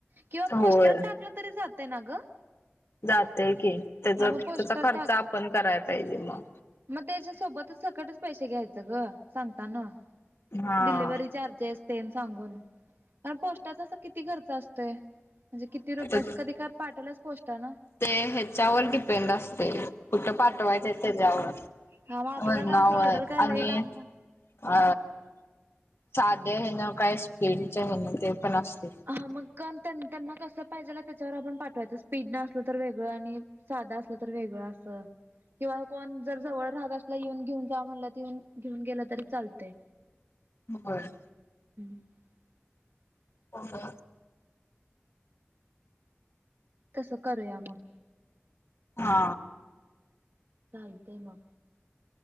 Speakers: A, on the right (about 60°); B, on the left (about 75°).
A: किंवा
B: होय
A: पोस्टात टाकलं तरी जातय ना ग
B: जाते की त्याचा
A: हा मग पोस्टर
B: त्याचा खर्च
A: टाक
B: आपण करायला पाहिजे मग
A: मग त्याच्या सोबतच सकटच पैसे घ्यायचं ग सांगताना
B: हा.
A: डिलव्ही चार्जेस सांगून प पोस्टाचा किती खर्च असतोय म्हणजे किती रुपये
B: तर
A: असं कधी काय पाठवलाच पोस्टान ना
B: ते ह्याच्यावर डिपेंड असते कुठ पाठवायचं त्याच्यावर
A: हा मग आपल्याला
B: वर्णावर
A: काय असं ऑर्डर काय लय
B: आणि
A: लांबन
B: अ साधे आहे ना काय स्पीडचे आहे ना ते पण असते.
A: अ मग त्यांना कसं पाहिजे त्याच्यावर आपण पाठवायचं स्पीड न असलं तर वेगळं आणि साधं असलं तर वेगळं अस स किंवा कोण जर जवळ राहत असला येऊन घेऊन जा म्हणलं ते येऊन घेऊन गेलं तरी चालते
B: होबर
A: <inaudible>
B: के ओके
A: तसं करूया मग
B: हा
A: चालतय मग